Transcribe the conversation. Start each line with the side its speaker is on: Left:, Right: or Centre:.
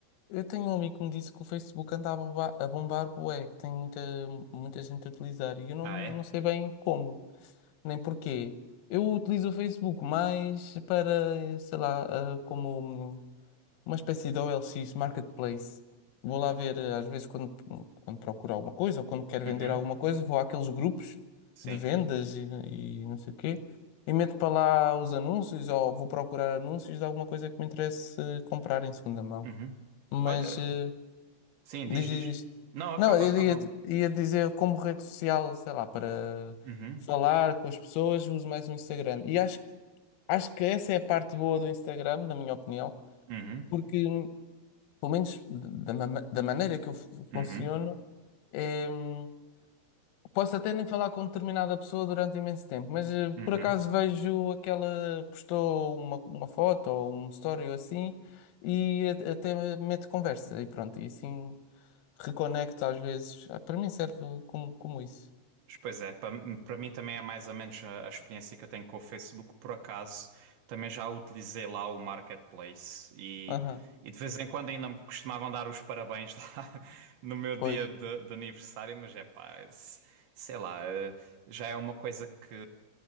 Left: Eu tenho um amigo que me disse que o Facebook anda a bombar, a bombar bué, que tem muita, muita gente a utilizar e eu não,
Right: Ah, é?
Left: não sei bem como, nem porquê. Eu utilizo o Facebook mais para, sei lá, ah, como um- uma espécie de OLX Marketplace. Vou lá ver, ah, às vezes, quando, quando procuro alguma coisa ou quando quero vender
Right: Uhum,
Left: alguma coisa, vou àqueles grupos
Right: sim.
Left: de vendas e, e não sei o quê e meto para lá os anúncios ou vou procurar anúncios de alguma coisa que me interesse eh, comprar em segunda mão.
Right: Uhum.
Left: Mas.
Right: Olha,
Left: eh,
Right: sim, diz,
Left: Diz, diz,
Right: diz.
Left: diz.
Right: Não, acaba,
Left: Não, eu
Right: acaba.
Left: ia, ia dizer como rede social, sei lá, para
Right: Uhum,
Left: falar com as pessoas, uso mais o Instagram. E acho, acho que essa é a parte boa do Instagram, na minha opinião,
Right: uhum,
Left: porque, hum, pelo menos da, ma- da maneira que eu fu-
Right: uhum,
Left: funciono, é, hum, posso até nem falar com determinada pessoa durante imenso tempo, mas eh,
Right: uhum.
Left: por acaso vejo aquela, postou uma, uma foto ou um story ou assim, e a- até meto conversa e pronto, e assim reconecto às vezes. Ah, Para mim serve como, como isso.
Right: Pois é, para para mim também é mais ou menos a, a experiência que eu tenho com o Facebook. Por acaso, também já utilizei lá o Marketplace e,
Left: Aham,
Right: e de vez em quando ainda me costumavam dar os parabéns <laughs> lá no meu dia
Left: pois.
Right: de, de aniversário, mas é pá, se- sei lá, eh, já é uma coisa que